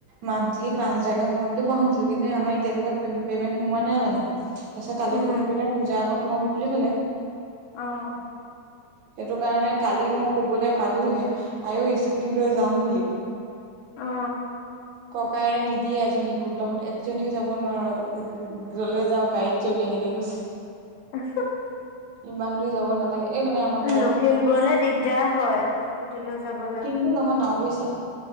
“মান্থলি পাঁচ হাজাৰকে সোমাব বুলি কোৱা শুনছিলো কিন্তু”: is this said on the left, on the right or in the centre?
Right